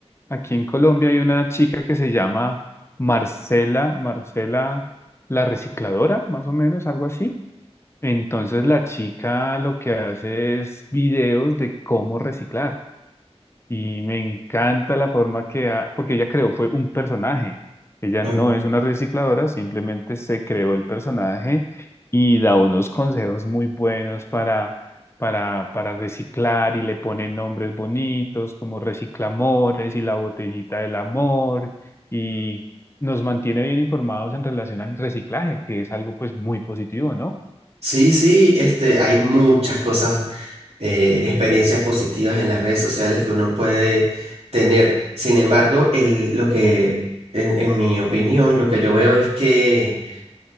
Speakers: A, on the left; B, on the right.
A: Aquí en Colombia hay una chica que se llama Marcela, Marcela la recicladora, más o menos, algo así. Entonces la chica lo que hace es videos de cómo reciclar. Y me encanta la forma que ha, porque ella creó fue un personaje. Ella
B: Mm,
A: no es una recicladora, simplemente se creó el personaje y da unos consejos muy buenos para, para, para reciclar y le pone nombres bonitos como Reciclamores y la botellita del amor y nos mantiene bien informados en relación al reciclaje, que es algo pues muy positivo, ¿no?
B: Sí, sí, este, hay muchas cosas, eh, experiencias positivas en las redes sociales que uno puede tener. Sin embargo, el, lo que, en, en mi opinión, lo que yo veo es que